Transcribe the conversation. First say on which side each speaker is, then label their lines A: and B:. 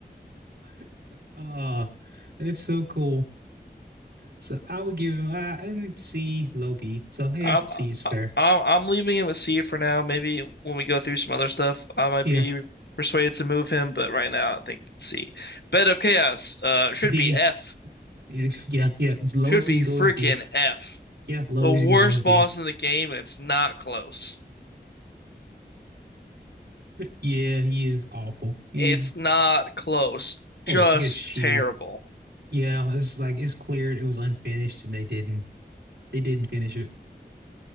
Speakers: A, on the right; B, on the left.
A: <laughs> uh, it's so cool. So I would give him I and C low B. So yeah,
B: I'm
A: C is fair.
B: I'm I'm leaving him with C for now. Maybe when we go through some other stuff, I might
A: Yeah,
B: be persuaded to move him. But right now, I think C. Bed of Chaos uh should
A: D.
B: be F.
A: Yeah, yeah. As low
B: Should
A: as
B: be
A: we can
B: freaking
A: go is D.
B: F.
A: Yeah, low
B: the worst
A: as you can go is D.
B: boss in the game, and it's not close.
A: Yeah, he is awful. He's
B: It's not close.
A: oh,
B: Just
A: I guess she.
B: terrible.
A: Yeah, it's like it's cleared. It was unfinished, and they didn't they didn't finish it.